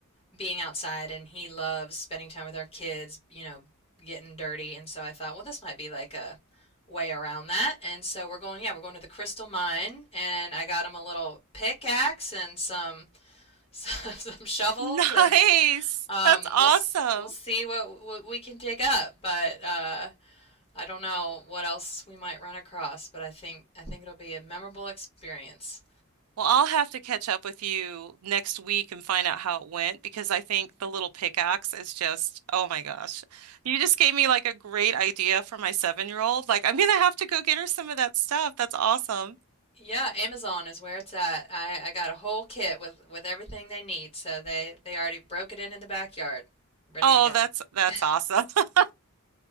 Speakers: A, on the left (about 25°); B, on the right (about 85°).
A: being outside and he loves spending time with our kids, you know, getting dirty. And so I thought, well, this might be like a way around that. And so we're going, yeah, we're going to the crystal mine and I got him a little pickaxe and some <laughs> some some shovels
B: Nice.
A: and um
B: That's awesome.
A: we'll we'll see what, what we can dig up, but uh I don't know what else we might run across, but I think I think it'll be a memorable experience.
B: Well, I'll have to catch up with you next week and find out how it went because I think the little pickaxe is just, oh my gosh. You just gave me like a great idea for my seven-year-old. Like I'm gonna have to go get her some of that stuff. That's awesome.
A: Yeah, Amazon is where it's at. I, I got a whole kit with with everything they need, so they they already broke it in in the backyard, ready
B: Oh,
A: to go.
B: that's that's
A: <laughs>
B: awesome. <laughs>